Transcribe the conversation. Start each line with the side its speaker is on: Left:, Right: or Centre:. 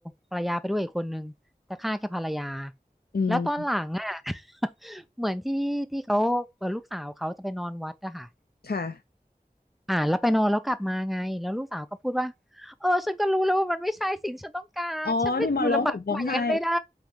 Centre: ภรรยาไปด้วยอีกคนนึงจะฆ่าแค่ภรรยา
Left: อืม
Centre: แล้วตอนหลังอะ <laughs> เหมือนที่ที่เขาเอ่อลูกสาวเขาจะไปนอนวัดอะค่ะ
Left: ค่ะ
Centre: อ่าแล้วไปนอนแล้วกลับมาไงแล้วลูกสาวก็พูดว่าเออฉันก็รู้แล้วว่ามันไม่ใช่สิ่งที่ฉันต้องการฉันไม่อยู่ลำบากมากอย่างนั้นไม่ได้
Left: อ๋อที่มาร้องห่มร้องไห้